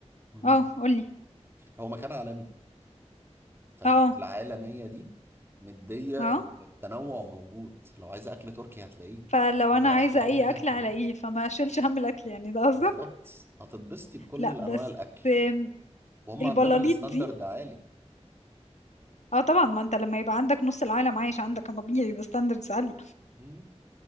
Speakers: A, on the right; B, on the left.
A: مم.
B: اه قولي
A: هو مكان عالمي فالعالمية
B: اه
A: دي مدية
B: اه
A: إن التنوع موجود لو عايزة أكل تركي هتلاقيه
B: فلو
A: عايزة
B: انا عايزه
A: أكل أي
B: اي
A: حاجة
B: اكل
A: هتلاقيه
B: على ايه فما اشيلش هم الاكل يعني ده قصدك
A: بالظبط هتتبسطي بكل
B: لا بس
A: أنواع الأكل
B: آم،
A: وهم
B: البلاليط
A: عندهم الستاندرد
B: دي
A: عالي
B: اه طبعا ما انت لما يبقى عندك نص العالم عايش عندك كان طبيعي يبقى ستاندردز عالية
A: مم.